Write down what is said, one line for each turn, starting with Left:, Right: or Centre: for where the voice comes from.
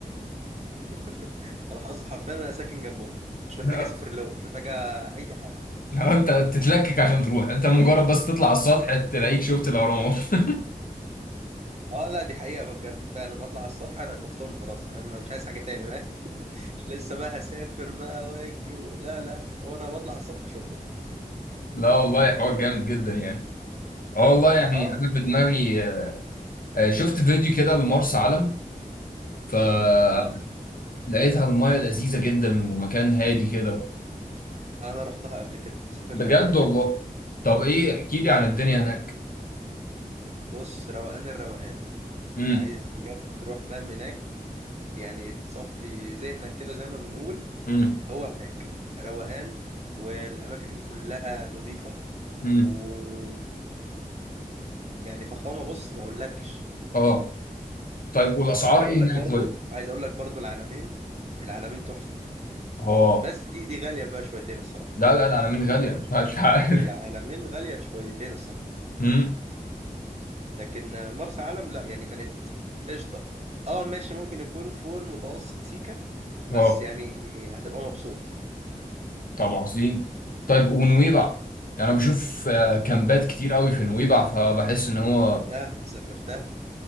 Right: <laughs> انا حظي حرفيا انا ساكن جنبهم مش محتاج
Left: لا
Right: اسافر لهم مش محتاج اي حاجه
Left: لا، انت تتلكك عشان تروح انت مجرد بس تطلع على السطح تلاقيك شفت الاهرامات <laughs>
Right: اه لا دي حقيقه بقى بجد فعلا اطلع على السطح انا شفتهم خلاص فاهم أنا مش عايز حاجه تاني بقى مش لسه بقى هسافر بقى واجي و... لا لا لا. هو انا بطلع على السطح اشوفهم
Left: لا والله حوار جامد جدا يعني اه والله يعني
Right: اه
Left: انا في دماغي آه، شفت فيديو كده لمرسى علم فلقيتها
Right: اه
Left: المايه لذيذه جدا ومكان هادي كده
Right: انا رحتها قبل كده سافرت
Left: بجد
Right: قبل كده
Left: والله
Right: مره
Left: طب ايه
Right: امم
Left: احكي لي عن الدنيا هناك
Right: بص روقان الروقان
Left: امم
Right: عايز بجد تروح فاهم هناك يعني تصفي ذهنك كده زي ما بنقول
Left: امم
Right: هو هناك روقان والاماكن كلها نظيفه
Left: امم
Right: ويعني فخامه بص ما اقولكش
Left: اه طيب والاسعار
Right: وعايز
Left: ايه
Right: اقول لك
Left: هناك
Right: برضو
Left: طيب؟
Right: وعايز اقول لك برضو العلمين العلمين تحفه
Left: اه
Right: بس دي دي غاليه بقى شويتين الصراحه
Left: لا لا لا انا من غاليه أنت عارف.
Right: العلمين غاليه شويتين الصراحه
Left: <laughs> امم
Right: لكن مرسى علم لا يعني كانت قشطه اه ماشي ممكن يكون فوق المتوسط سيكه بس
Left: اه
Right: يعني هتبقى مبسوط
Left: طب عظيم طيب ونويبع يعني انا بشوف آه، كامبات كتير قوي في نويبع فبحس ان هو
Right: سافرتها سافرتها